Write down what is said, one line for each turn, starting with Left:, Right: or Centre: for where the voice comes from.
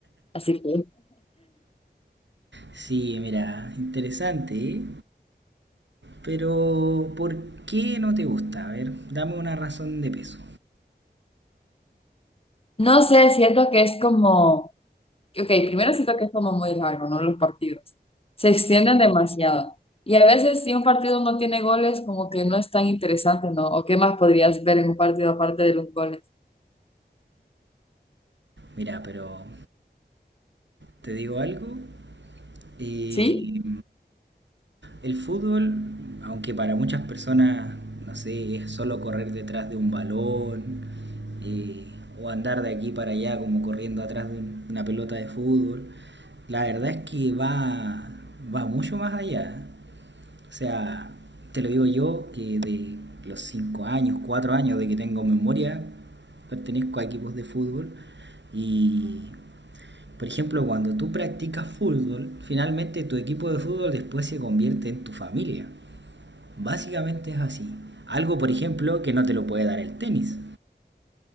Left: así que
Right: sí, mira, interesante, ¿eh? Pero, ¿por qué no te gusta? A ver, dame una razón de peso.
Left: no sé, siento que es como Ok, primero siento que es como muy largo, ¿no? Los partidos. Se extienden demasiado. Y a veces si un partido no tiene goles, como que no es tan interesante, ¿no? ¿O qué más podrías ver en un partido aparte de los goles?
Right: Mira, pero Te digo algo, eh,
Left: ¿Sí?
Right: el fútbol, aunque para muchas personas, no sé, es solo correr detrás de un balón eh, o andar de aquí para allá como corriendo atrás de un- una pelota de fútbol, la verdad es que va, va mucho más allá. O sea, te lo digo yo que de los 5 años, 4 años de que tengo memoria, pertenezco a equipos de fútbol y por ejemplo, cuando tú practicas fútbol, finalmente tu equipo de fútbol después se convierte en tu familia. Básicamente es así. Algo, por ejemplo, que no te lo puede dar el tenis.